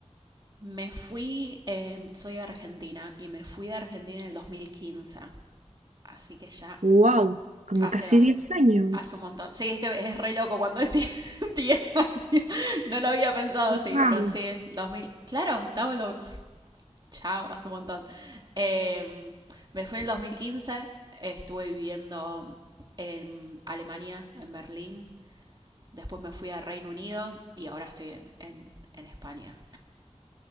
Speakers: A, on the right; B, on the right.
A: Me fui, eh, soy de Argentina y me fui de Argentina en el 2015, así que ya
B: Wow, como
A: hace
B: casi
A: bastante
B: 10 años.
A: Hace un montón. Sí, es que es re loco cuando decís <laughs> 10 años. No lo había pensado así,
B: Wow.
A: pero sí, dos mil Claro, estaba en. lo- Chao, hace un montón. Eh, me fui en el dos mil quince Estuve viviendo en Alemania, en Berlín. Después me fui a Reino Unido y ahora estoy en, en- en España.